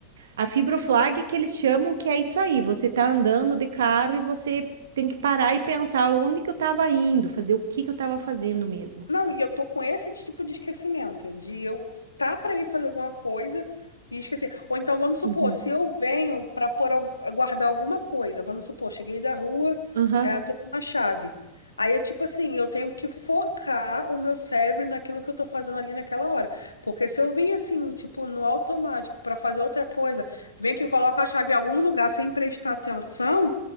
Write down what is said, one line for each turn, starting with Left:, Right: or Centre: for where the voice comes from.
Right: A fibroflag que eles chamam que é isso aí, você tá andando de carro e você tem que parar e pensar onde que eu estava indo, fazer o que que eu estava fazendo mesmo.
Left: Não, e eu tô com esse tipo de esquecimento, de eu tá para ir fazer alguma coisa e esquecer. Ou então, vamos supor,
Right: Uhum.
Left: se eu venho para pôr, al- eh, guardar alguma coisa, vamos supor, cheguei da rua,
Right: Aham.
Left: eh, tô com uma chave. Aí eu, tipo assim, eu tenho que focar o meu cérebro naquilo que eu tô fazendo ali naquela hora. Porque se eu vim assim, tipo, no automático para fazer outra coisa, vem que coloca a chave em algum lugar sem prestar atenção